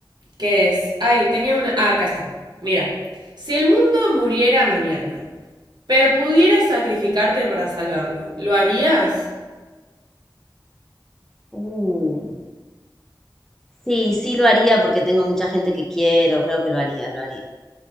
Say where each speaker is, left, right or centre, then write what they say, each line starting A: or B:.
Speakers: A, on the right; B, in the centre.
A: que es, ay, tenía una, ah, acá está. Mira, si el mundo muriera mañana, pero pudieras sacrificarte para salvarlo, ¿lo harías?
B: Uh, sí, sí lo haría porque tengo mucha gente que quiero, creo que lo haría, lo haría.